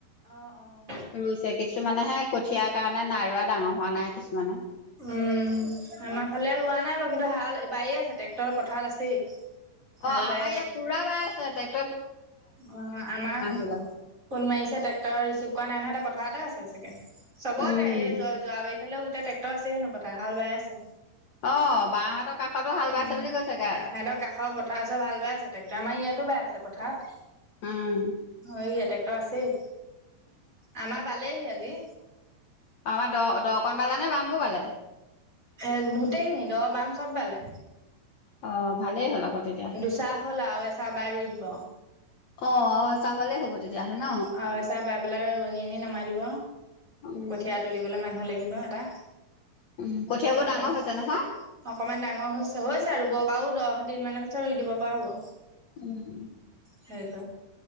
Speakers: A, on the right; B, on the left.
A: অঁ অঁ।
B: ৰুইছে কিছুমান কিছুমানে হে কঠিয়াৰ কাৰণে নাই ৰোৱা ডাঙৰ হোৱা নাই কিছুমানে
A: উম আমাৰ ফালে ৰোৱা নাই বাৰু কিন্তু হাল বায়ে আছে ট্ৰেক্টৰ পথাৰত আছেই হাল
B: অ আমাৰ
A: বাই আছে
B: ইয়াত পুৰা বা আছে ত
A: অ আমাৰ
B: বিলাকে
A: ফোন মাৰিছে ট্ৰেক্ট ৰিচিভ কৰা নাই নহয় পথাৰতে আছে চাগে চবতে
B: উম
A: যোৱাৰ কাই লে গোটেই ট্ৰেক্টৰ আছে নো হাল বাই আছে
B: অ বাহঁতৰ কাষতো হাল বাইছে
A: উম
B: বুলি কৈছে গা
A: সিহঁতৰ কাষৰ পথাৰ ওচ হাল বাই আছে টেক্টৰ আমাৰ ইয়াত টো বাই আছে পথাৰত
B: উম
A: হে ট্ৰেক্টৰ আছেই আমাৰ বালেহি আজি
B: আমাৰ দ দকনবালা নে বাম ব বালে
A: স গোটেইখিনি দব বাম চব বালে
B: অ ভাল হ'ল আকৌ তেতিয়া
A: দুচাহ হ'ল আৰু এচাহ বাই ৰুই দিব।
B: অ অ আওঁ এচা হলেই হব' তেতিয়াহ'লে ন
A: অ চাহ বাই পেলাই ৰোৱনী আনি নমাই দিব
B: উম
A: কঠিয়া তুলিবলৈ মানুহ লাগিব হ এটা
B: উম কঠিয়াবোৰ
A: দুটা
B: ডাঙৰ হৈছে নহয়
A: অকমান ডাঙৰ হৈছে হৈছে ৰুব বাও দহ দিন মানৰ পিতছ ৰুই দিব পৰা হ'ব
B: উম উম
A: সেই ক